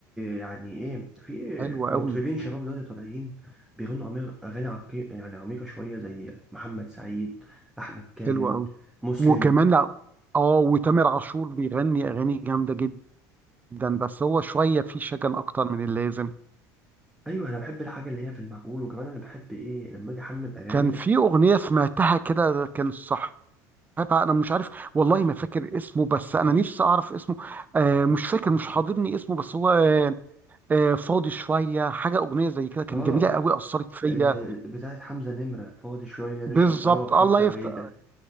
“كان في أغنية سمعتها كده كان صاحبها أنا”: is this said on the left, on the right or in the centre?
Right